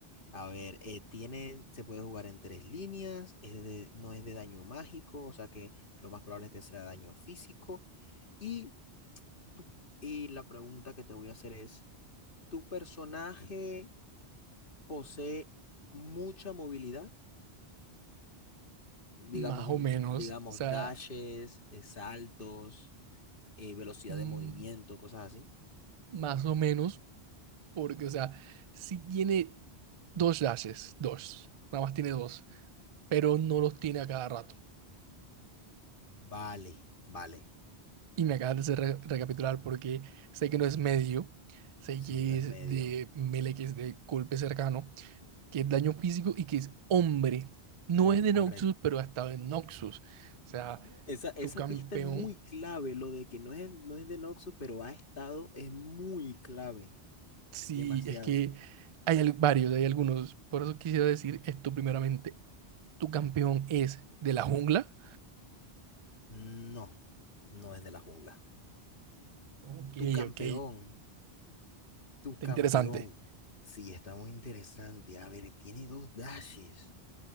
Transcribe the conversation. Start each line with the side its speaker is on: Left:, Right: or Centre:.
Left: A ver, eh, tiene, se puede jugar en tres líneas, es de- no es de daño mágico, o sea que lo más probable es que sea daño físico. Y, tu- y la pregunta que te voy a hacer es, ¿tu personaje posee mucha movilidad? Digamos,
Right: Más
Left: un,
Right: o menos,
Left: digamos
Right: o sea,
Left: dashes, eh, saltos, eh, velocidad
Right: mm,
Left: de movimiento, cosas así.
Right: más o menos, porque, o sea, sí tiene dos dashes, dos. Nada más tiene dos. pero no los tiene a cada rato.
Left: Vale, vale,
Right: Y me acabas de hacer re- recapitular porque sé que no es medio, sé
Left: sí,
Right: que
Left: no es
Right: es
Left: medio.
Right: de melee, que es de golpe cercano, que es daño físico y que es hombre. No
Left: O
Right: es de Noxus, pero ha estado en Noxus. O sea,
Left: Esa, esa
Right: tu campeón,
Left: pista es muy clave, lo de que no es, no es de Noxus, pero ha estado, es muy clave,
Right: sí,
Left: demasiado.
Right: es que hay al- varios, hay algunos. Por eso quisiera decir esto primeramente. ¿Tu campeón es de la jungla?
Left: No, no es de la jungla.
Right: Ok,
Left: Tu campeón,
Right: ok,
Left: tu
Right: está
Left: campeón.
Right: interesante.
Left: Sí, está muy interesante. A ver, tiene dos dashes.